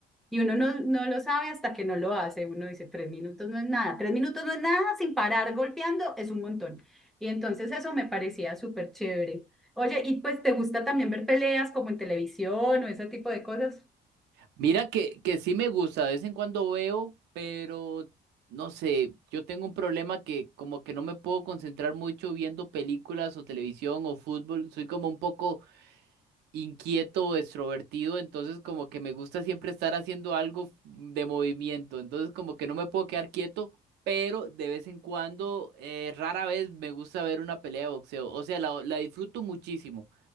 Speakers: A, in the centre; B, on the right.
A: Y uno no, no lo sabe hasta que no lo hace. Uno dice, tres minutos no es nada, tres minutos no es nada, sin parar golpeando es un montón. Y entonces eso me parecía súper chévere. Oye, ¿y pues te gusta también ver peleas como en televisión o ese tipo de cosas?
B: Mira que, que sí me gusta, de vez en cuando veo, pero no sé, yo tengo un problema que como que no me puedo concentrar mucho viendo películas o televisión o fútbol. Soy como un poco inquieto o extrovertido, entonces como que me gusta siempre estar haciendo algo f- de movimiento, entonces como que no me puedo quedar quieto, pero de vez en cuando, eh, rara vez me gusta ver una pelea de boxeo, o sea, la, la disfruto muchísimo,